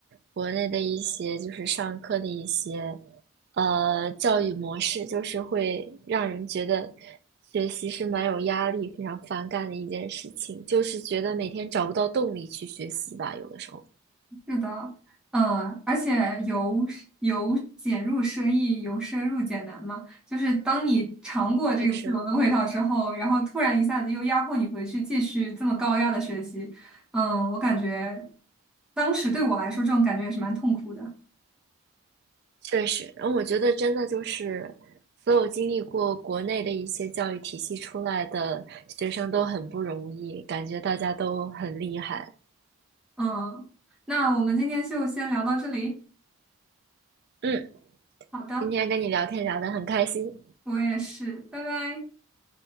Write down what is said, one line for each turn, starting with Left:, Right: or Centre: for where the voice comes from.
Right: 国内的一些就是上课的一些呃教育模式，就是会让人觉得学习是蛮有压力、非常反感的一件事情，就是觉得每天找不到动力去学习吧，有的时候。
Centre: 是的，嗯，而且由由俭入奢易，由奢入俭难嘛，就是当你尝过这个自由的味道之后，
Right: 但是
Centre: 然后突然一下子又压迫你回去继续这么高压的学习，嗯，我感觉当时对我来说这种感觉也是蛮痛苦的。
Right: 确实，然后我觉得真的就是所有经历过国内的一些教育体系出来的学生都很不容易，感觉大家都很厉害。
Centre: 嗯，那我们今天就先聊到这里。
Right: 嗯。
Centre: 好的，
Right: 今天跟你聊天聊得很开心，
Centre: 我也是，拜拜。